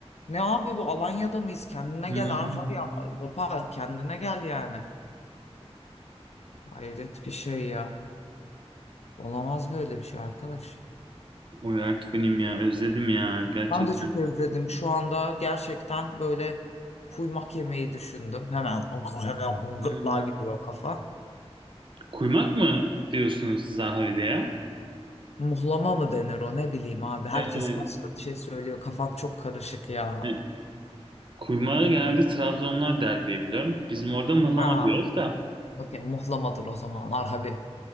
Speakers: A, on the left; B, on the right.
A: Ne abi bu Alanya'da mıyız? Kendine
B: Hmm.
A: gel Arhar ya. Hopa kendine gel yani. Hayret bir şey ya. Olamaz böyle bir şey arkadaş.
B: Oy artık benim ya özledim ya gerçekten.
A: Ben de çok özledim. Şu anda gerçekten böyle kuymak yemeği düşündüm. Hemen o hemen
B: Hmm.
A: gırtlağa gidiyor kafa.
B: Kuymak mı diyorsunuz siz Ahvede ya?
A: Muhlama mı denir o ne bileyim abi. Herkes
B: Ee,
A: başka bir şey söylüyor. Kafam çok karışık ya.
B: e, kuymağı genelde Trabzonlar der diye biliyorum. Bizim orada mıhlama
A: Aa,
B: diyoruz da
A: okey muhlamadır o zaman. Arhavi.